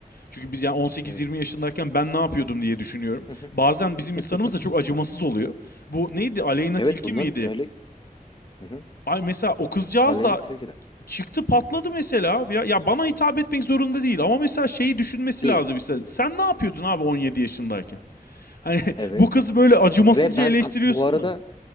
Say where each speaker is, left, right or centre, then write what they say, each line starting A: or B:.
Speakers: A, on the left; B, on the left.
A: Çünkü biz yani 18-20
B: evet.
A: yaşındayken ben ne yapıyordum diye düşünüyorum.
B: Hı hı.
A: Bazen bizim
B: <laughs>
A: insanımız da çok acımasız oluyor. Bu neydi? Aleyna
B: Evet
A: Tilki
B: bunların
A: miydi?
B: öyle hı hı,
A: Ay mesela o kızcağız
B: aleni
A: da
B: tilki de
A: çıktı patladı mesela. Ya, ya bana hitap etmek zorunda değil ama mesela şeyi düşünmesi
B: değil.
A: lazım işte. Sen ne yapıyordun abi 17 yaşındayken? Hani
B: Evet.
A: <laughs> bu kızı böyle acımasızca
B: Ve ben
A: eleştiriyorsun
B: am- bu arada
A: da.